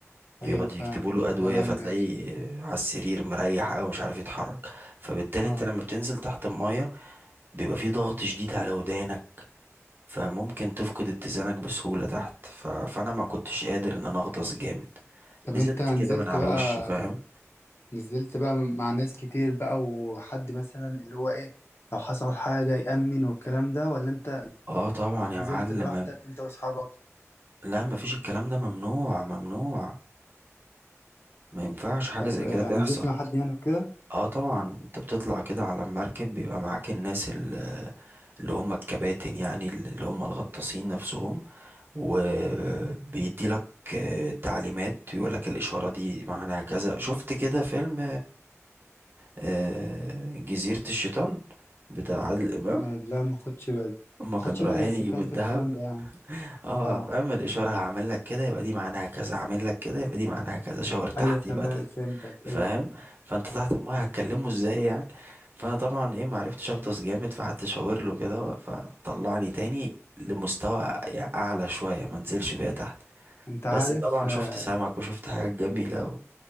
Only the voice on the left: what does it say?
ايوه فاهم
تمام
ماشي
اه
طب
انت نزلت
بقى
نزلت بقى مع ناس كتير بقى وحد مثلا اللي هو ايه لو حصل حاجة يأمن والكلام ده ولا انت
نزلت
لوحدك انت واصحابك
طب
آه،
يعني
نزلت مع حد يعني وكده
آه، لا ما خدش بالي
ما
خدش بالي
بس
فاهم
في الكلام ده يعني
اه
ايوه تمام
فهمتك
ايوه
انت
عارف
آه،